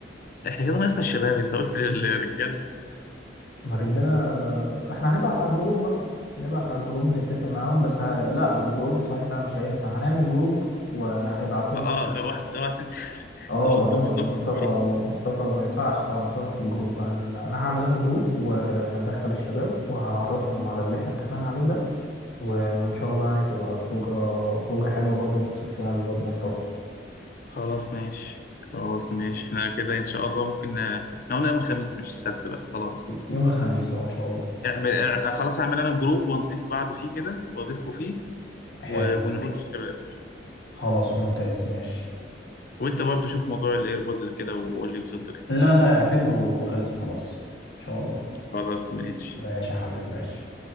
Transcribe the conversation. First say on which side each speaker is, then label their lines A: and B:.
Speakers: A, on the left; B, on the left.
A: احنا كده ناقصنا الشباب انت قلت للرجاله
B: ما الرجاله احنا هنبعت على الجروب بقى هنبعت على الجروب نتفق معاهم بس ه... لا من الجروب صحيح لا مش هينفع هنعمل جروب وهنبعت لهم
A: اه آه،
B: عشان
A: اوعى
B: مصطفى
A: اوعى تنسى <laughs>
B: اه
A: تحطوا
B: لا
A: مصطفى
B: لا، مصطفى
A: في الجروب
B: مصطفى ما ينفعش طبعا مصطفى في الجروب هن... انا هعمل انا جروب وهندخل الشباب وهعرفهم على اللي احنا اتفقنا عليه ده و... وان شاء الله يعني تبقى خروجه خروجه حلوه برضو نبسط فيها الواد مصطفى
A: خلاص ماشي خلاص ماشي احنا كده ان شاء الله ممكن ن- احنا قلنا يوم الخميس مش السبت بقى خلاص
B: يوم الخميس اه ان شاء الله
A: اعمل اع- خلاص اعمل انا جروب ونضيف بعض فيه كده واضيفكم فيه
B: حلو
A: و... ونقول للشباب
B: خلاص ممتاز ماشي
A: وانت برضو شوف موضوع الايربودز كده وقول لي وصلت ليه
B: لا لا اعتبره خلص خلاص ان شاء الله
A: خلاص ماشي
B: ماشي يا حبيبي ماشي